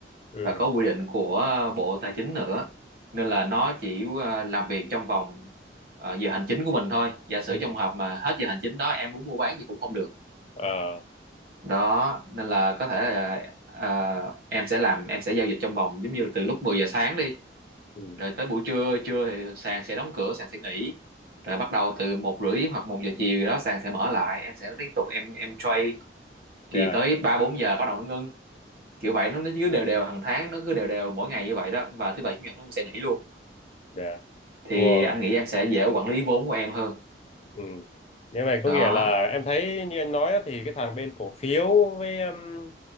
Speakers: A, on the left; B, on the right.
A: ừ
B: và có quy định của Bộ Tài chính nữa nên là nó chỉ ờ, làm việc trong vòng ờ, giờ hành chính của mình thôi giả sử
A: ừ
B: trong hợp mà hết giờ hành chính đó em muốn mua bán gì cũng không được
A: à
B: đó nên là có thể là ờ, em sẽ làm em sẽ giao dịch trong vòng giống như từ lúc 10 giờ sáng đi
A: ừ
B: rồi tới buổi trưa trưa thì sàn sẽ đóng cửa sàn sẽ nghỉ rồi bắt đầu từ một rưỡi hoặc một giờ chiều gì đó sàn sẽ mở lại em sẽ tiếp tục em em trade
A: dạ
B: thì tới ba bốn giờ bắt đầu nó ngưng kiểu vậy nó nó cứ đều đều hàng tháng nó cứ đều đều mỗi ngày như vậy đó và thứ bảy chủ nhật nó cũng sẽ nghỉ luôn
A: dạ
B: thì
A: ồ
B: anh nghĩ em sẽ dễ quản lý vốn của em hơn
A: ừ như vậy
B: đó
A: có nghĩa là em thấy như anh nói á, thì cái thằng bên cổ phiếu với um,